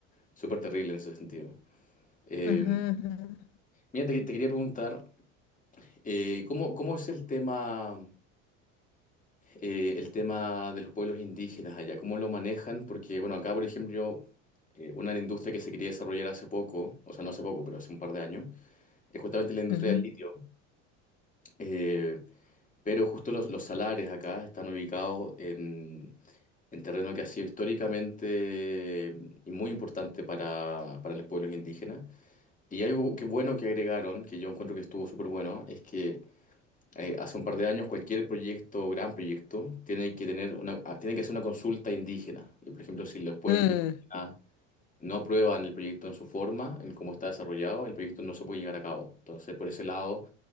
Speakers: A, on the left; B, on the left.
A: súper terrible en ese sentido. Eh,
B: Ujú, ujú,
A: mira, te, te quería preguntar, eh, ¿cómo, cómo es el tema? eh, el tema de los pueblos indígenas allá, cómo lo manejan, porque bueno, acá por ejemplo, eh, una industria que se quería desarrollar hace poco, o sea, no hace poco, pero hace un par de años, es justamente la industria
B: ujú.
A: del litio. Eh, pero justo los, los salares acá están ubicados en, en terreno que ha sido históricamente eh, y muy importante para, para los pueblos indígenas. Y hay algo que bueno que agregaron, que yo encuentro que estuvo súper bueno, es que eh, hace un par de años cualquier proyecto, gran proyecto, tiene que tener una, ah, tiene que hacer una consulta indígena. Y por ejemplo, si los pueblos
B: Mm,
A: indígenas no aprueban el proyecto en su forma, en cómo está desarrollado, el proyecto no se puede llevar a cabo. Entonces, por ese lado,